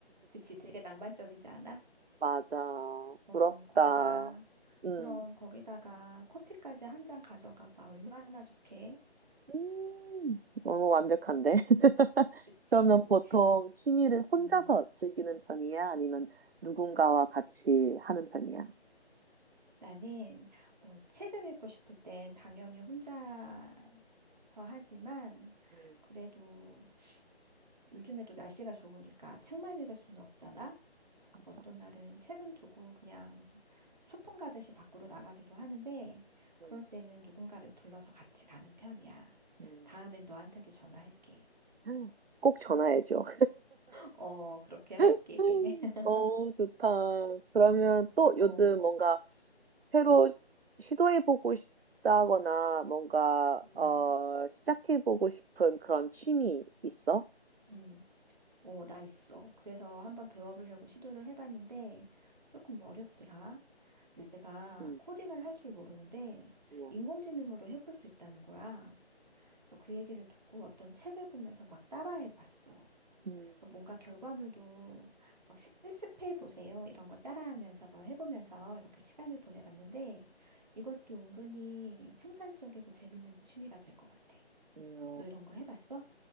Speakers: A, on the right (about 40°); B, on the right (about 65°).
A: 그치, 되게 낭만적이지 않아?
B: 맞아.
A: 어,
B: 부럽다.
A: 거기다가,
B: 음.
A: 그럼 거기다가 커피까지 한 잔 가져가 봐. 얼마나 좋게?
B: 음, 너무 완벽한데? <laughs>
A: 그치.
B: 그러면 보통 취미를 혼자서
A: 음.
B: 즐기는 편이야? 아니면 누군가와 같이 하는 편이야?
A: 나는 뭐 책을 읽고 싶을 땐 당연히 혼자서 하지만
B: 음,
A: 그래도 요즘에도 날씨가 좋으니까 책만 읽을 수는 없잖아. 그래서
B: 맞아.
A: 어떤 날은 책은 두고 그냥 소풍 가듯이 밖으로 나가기도 하는데
B: 음,
A: 그럴 때는 누군가를 불러서 같이 가는 편이야.
B: 음,
A: 다음엔 너한테도 전화할게.
B: 음. 꼭 전화해줘.
A: <laughs> 어, 그렇게 할게.
B: <laughs>
A: <laughs>
B: 너무 좋다. 그러면
A: 음,
B: 또 요즘
A: 어,
B: 뭔가 새로 시도해보고 싶다거나 뭔가 어,
A: 음,
B: 시작해보고 싶은 그런 취미 있어?
A: 음. 어, 나 있어. 그래서 한번 배워보려고 시도를 해봤는데 조금 어렵더라. 내가
B: 음,
A: 코딩을 할 줄 모르는데
B: 우와.
A: 인공지능으로 해볼 수 있다는 거야. 그래서 그 얘기를 듣고 어떤 책을 보면서 막 따라해봤어.
B: 음,
A: 그래서 뭔가 결과물도 막 실습해보세요. 이런 거 따라하면서 해보면서 이렇게 시간을 보내봤는데 이것도 은근히 생산적이고 재밌는 취미가 될 것 같아.
B: 이야.
A: 너 이런 거 해봤어?